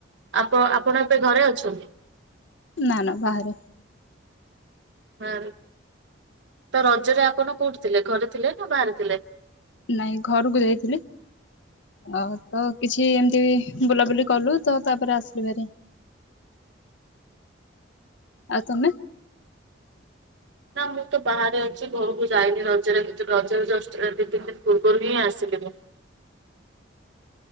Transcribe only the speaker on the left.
ନା ନା ବାହାରେ।
ନାଇଁ ଘରକୁ ଯାଇଥିଲି। ଆଉ ତ କିଛି ଏମତି ବୁଲାବୁଲି କଲୁତ ତାପରେ ଆସିଲି ଭାରି। ଆଉ ତମେ?